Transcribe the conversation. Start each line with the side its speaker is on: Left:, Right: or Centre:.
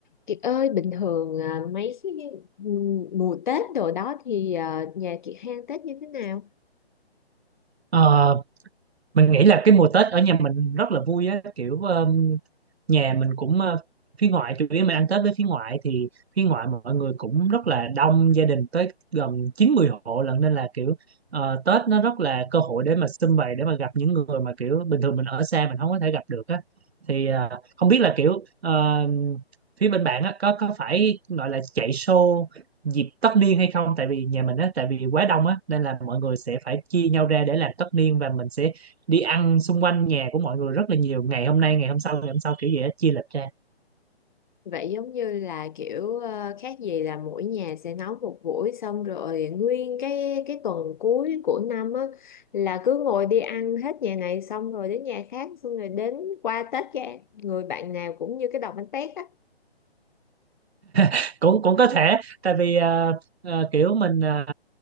Left: Kiệt ơi, bình thường à, mấy cái ừm, mùa Tết đồ đó thì à, nhà Kiệt hang Tết như thế nào?
Right: ờ mình nghĩ là cái mùa Tết ở nhà mình rất là vui á kiểu um, nhà mình cũng ờ, phía ngoại chủ yếu mình ăn Tết với phía ngoại thì phía ngoại mọi người cũng rất là đông gia đình tới gần 90 hộ lận nên là kiểu ờ, Tết nó rất là cơ hội để mà sum vầy để mà gặp những người mà kiểu bình thường mình ở xa mình không có thể gặp được á thì ờ, không biết là kiểu ờ, phía bên bạn á có có phải gọi là chạy show dịp tất niên hay không tại vì nhà mình á tại vì quá đông á nên là mọi người sẽ phải chia nhau ra để làm tất niên và mình sẽ đi ăn xung quanh nhà của mọi người rất là nhiều ngày hôm nay ngày hôm sau ngày hôm sau kiểu gì đó chia lịch ra
Left: Vậy giống như là kiểu ờ, khác gì là mỗi nhà sẽ nấu một buổi xong rồi nguyên cái cái tuần cuối của năm á là cứ ngồi đi ăn hết nhà này xong rồi đến nhà khác xong rồi đến qua Tết cái người bạn nào cũng như cái đòn bánh tét á.
Right: <laughs> cũng cũng có thể tại vì ờ, ờ, kiểu mình ờ,